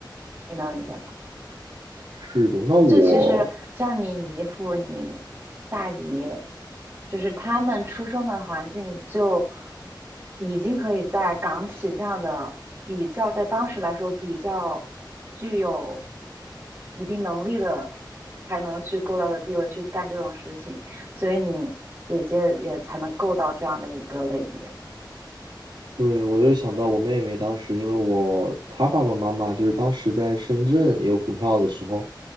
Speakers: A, on the right; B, on the right.
A: 你能理解吗？
B: 是的，那我
A: 就其实像你姨父、你大姨，就是他们出生的环境就已经可以在港企这样的比较，在当时来说比较具有一定能力的，才能去够到的地位去干这种事情，所以你姐姐也才能够到这样的一个类别。
B: 对，我就想到我妹妹当时，因为我她爸爸妈妈就是当时在深圳有股票的时候，